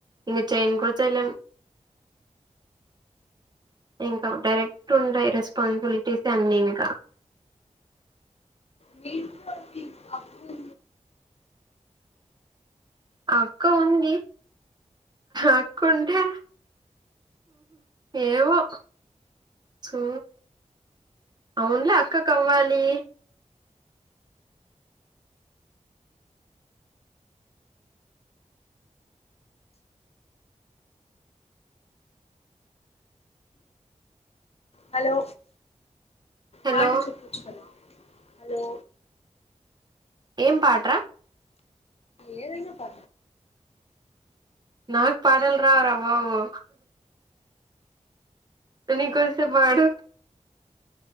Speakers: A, on the right; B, on the left.
A: ఇంకా చేయను కూడా చేయలేం ఇంకా డైరెక్ట్ ఉండయి రెస్పాన్సిబిలిటీస్ అన్ని ఇంకా
B: మీ అప్పు
A: అక్క ఉంది అక్కంటే ఏవో సూ అవునులే అక్కకువ్వాలి
B: హలో
A: హలో
B: పాట చూప్పుచ్చుకుద హలో.
A: ఏం పాట రా
B: ఏదైనా పా
A: నాకు పాటలు రావు రా బాబు నీ కకోస్తే పాడు